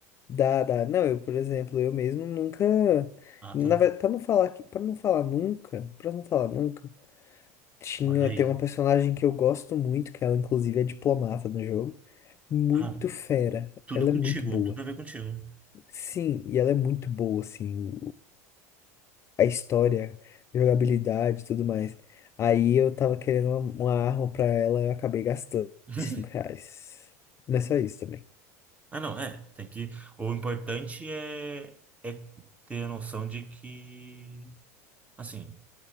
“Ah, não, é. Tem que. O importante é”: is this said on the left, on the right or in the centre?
Right